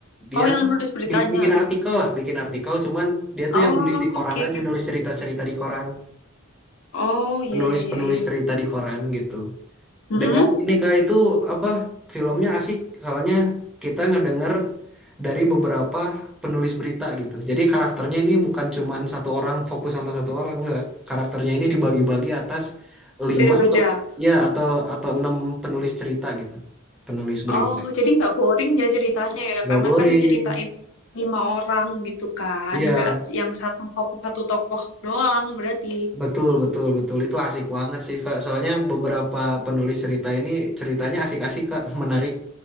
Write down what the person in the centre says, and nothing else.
dia
tuh
bi- bikin artikel lah bikin artikel cuman dia
tuh yang nulis di koran
aja nulis cerita-cerita di koran
penulis-penulis
cerita di koran gitu
dengan ini Kak itu apa filmnya asik soalnya kita ngedenger dari beberapa penulis berita gitu. Jadi karakternya ini bukan cuman satu orang fokus sama satu orang enggak. Karakternya ini dibagi-bagi atas lima
atau ya atau atau enam penulis cerita gitu. Penulis berita.
Gak
boring.
Iya.
Betul, betul, betul. Itu asik banget sih, Kak. Soalnya beberapa penulis cerita ini ceritanya asik-asik, Kak. <laughs> Menarik.